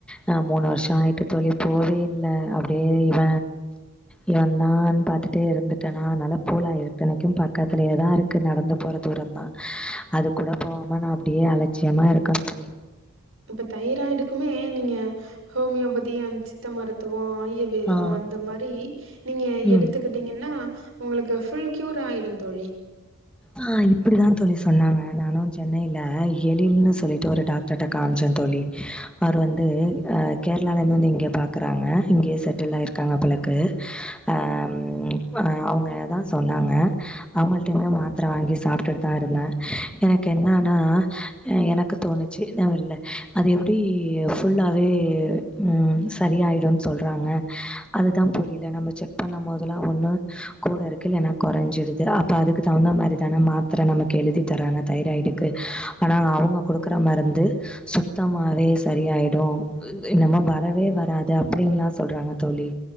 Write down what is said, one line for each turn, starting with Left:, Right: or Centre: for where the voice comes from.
Centre: நா மூணு வர்ஷோ ஆயிட்டு தோழி போவே இல்ல அப்டியே இவ இவந்தான் பாத்து ட்டே இருந்துட்டனா அதனால போல இத்தனைக்கோ பக்கத்துலயே தா இருக்கு நடந்து போற தூரோ தா அது கூடோ போவாம நா அப்டியே அலட்சியமா இருக்க தோழி
Right: இப்ப தைராய்டுக்குமே நீங்க ஹோமியோபதி அந்த சித்த மருத்துவோ ஆயூர் வேதோ
Centre: ஆ.
Right: அந்த மாரி நீங்க
Centre: ம்.
Right: எடுத்துக்கிட் டிங்கன்னா உங்களுக்கு ஃபுல் கியூர் ஆயிடு தோழி
Centre: அ இப்டிதா தோழி சொன்னாங்க நானு சென்னையில எழில்ன்னு சொல்லிட்டு ஒரு டாக் டர்ட காம்ச்சந்தோழி அவர் வந்து அ கேர்ளாலந்து வந்து இங்க பாக்கறாங்க இங்கேயே செட்டில் ஆயிருக்காங்க போலக்கு அ அ அவுங்க தா சொன்னாங்க அவுங்கள்ட்ட இர்ந்து மா த்திர வாங்கி சாப்ட்டுட் தா இருந்த எனக்கு என்னனா எனக்கு தோணுச்சு இன்ன வெல்ல அது எப்டி ஃபுல்லாவே ம் சரி ஆயிடுன் சொல்றாங்க அதுதா புரியில நம்ம செக் பண்ணம் போதுலா ஒன்னு கூட இருக்கு இல்லேனா கொறஞ்சிடுது அப்போ அதுக்கு தகுந்த மாரி எத்தன மாத்ர நமக்கு எழுதி தராங்க தைராய்டுக்கு ஆனா அவுங்க குடுக்குற மருந்து சுத்தமாவே சரி ஆய்டோ இன்னம வரவே வராது அப்டின்ல்லா சொல்றாங்க தோழி